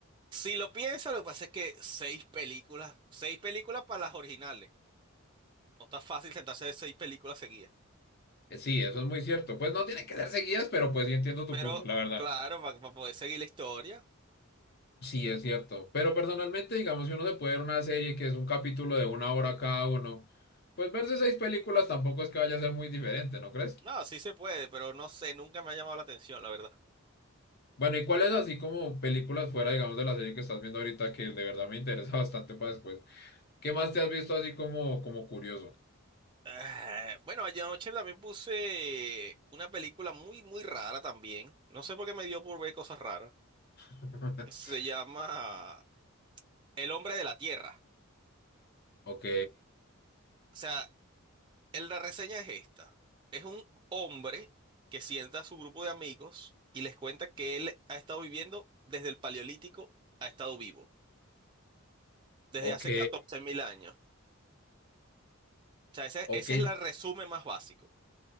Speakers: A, on the right; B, on the left.
A: si lo piensas, lo que pasa es que seis películas, seis películas para las originales. No está fácil sentarse a ver seis películas seguidas.
B: Eh, Sí, eso es muy cierto. Pues no tienen que ser seguidas, pero pues sí entiendo tu
A: Pero
B: punto, la verdad.
A: claro, para, poder seguir la historia.
B: Sí, es cierto. Pero personalmente, digamos, si uno se puede ver una serie que es un capítulo de una hora cada uno, pues verse seis películas tampoco es que vaya a ser muy diferente, ¿no crees?
A: No, sí se puede, pero no sé, nunca me ha llamado la atención, la verdad.
B: Bueno, ¿y cuáles así como películas fuera, digamos, de la serie que estás viendo ahorita que de verdad me interesa <laughs> bastante para después? ¿Qué más te has visto así como, como curioso?
A: Ah, Bueno, anoche también puse una película muy, muy rara también. No sé por qué me dio por ver cosas raras.
B: <laughs>
A: Se llama El hombre de la Tierra.
B: Ok,
A: O sea, el- la reseña es esta. Es un hombre que sienta a su grupo de amigos y les cuenta que él ha estado viviendo desde el Paleolítico, ha estado vivo, desde
B: ok,
A: hace 14.000 años. O sea, ese,
B: ok.
A: ese es el resumen más básico.